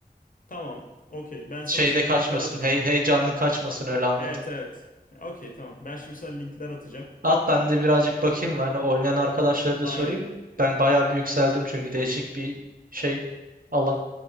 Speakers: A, on the left; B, on the right.
A: Tamam. Okey. Ben sana
B: şeyde
A: şimdi
B: kaçmasın.
A: linkler atacağım.
B: Hey, heyecanın kaçmasın öyle anlatıp.
A: Evet evet. Okey tamam. Ben şimdi sana linkler atacağım.
B: At ben de birazcık bakayım. Yani oynayan arkadaşları da
A: Aynen.
B: sorayım. Ben bayağı bir yükseldim çünkü değişik bir şey alan.